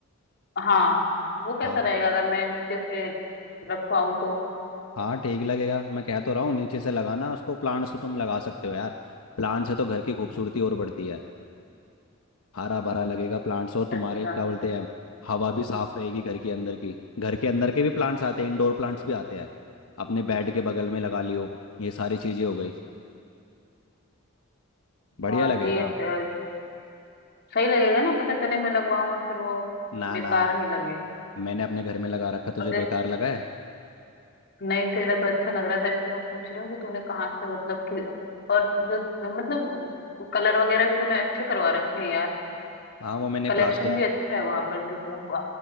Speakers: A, on the left; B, on the left.
A: हाँ वो कैसा
B: हाँ
A: रहेगा अगर मैं नीचे से रखवाऊं तो
B: हाँ ठीक लगेगा मैं कह तो रहा हूँ नीचे से लगाना उसको प्लांट से तुम लगा सकते हो यार प्लांट से तो घर की खूबसूरती और बढ़ती है हरा भरा लगेगा प्लांट्स और तुम्हारे
A: अच्छा
B: क्या बोलते हैं हवा भी साफ रहेगी घर के अंदर की घर के अंदर के भी प्लांट्स आते हैं इंडोर प्लांट्स भी आते हैं अपने बेड के बगल में लगा लियो ये सारी चीजें हो गई बढ़िया
A: हाँ
B: लगेगा
A: ये त- सही लगेगा ना पता चले मैं लगवाऊं और फिर वो
B: ना
A: बेकार
B: ना
A: ही लगे
B: मैंने अपने घर में लगा रखा तुझे
A: और
B: बेकार
A: जैसे
B: लगा है
A: नहीं तेरा तो अच्छा लग रहा था अभी तो मैं पूछ रही हूँ कि तूने कहाँ से मतलब कि और जो मतलब कलर वगैरह भी तूने अच्छे करवा रखे हैं यार
B: हाँ वो मैंने
A: कलेक्शन
B: प्लास्टिक
A: भी अच्छा है वहां पर जो वो